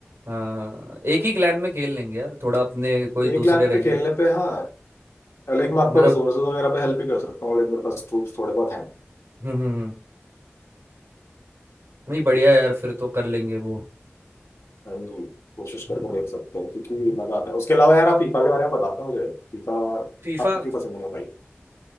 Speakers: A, on the right; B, on the left.
A: हाँ एक ही क्लैन में खेल लेंगे यार थोड़ा अपने कोई दूसरे
B: एक लाख
A: रहेंगे
B: पे खेलने पे हाँ लाइक मैं आपको
A: मतलब
B: रिसोर्सेज वगैरह पे हेल्प भी कर सकता हूँ लाइक मेरे पास ट्रूप्स थोड़े बहुत हैं
A: हम्म हम्म हम्म। नहीं बढ़िया है यार फिर तो कर लेंगे वो
B: And कोशिश
A: हाँ
B: करके देख सकते हो क्योंकि
A: हाँ।
B: मजा आता है उसके अलावा यार आप फीफा के बारे में बताते हो मुझे फीफा
A: फीफा
B: आपको क्यों पसंद है मोबाइल